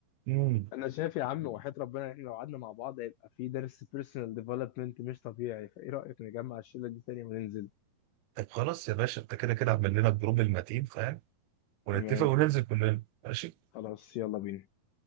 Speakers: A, on the right (about 80°); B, on the left (about 70°).
A: امم
B: انا شايف يا عم وحياة ربنا احنا لو قعدنا مع بعض هيبقى في درس بيرسونال ديفلوبمنت مش طبيعي فايه رأيك نجمع الشلة دي تاني وننزل
A: طب خلاص يا باشا انت كده كده عمل لنا الجروب المتين فاهم ونتفق
B: تمام
A: وننزل كلنا ماشي
B: خلاص يلا بينا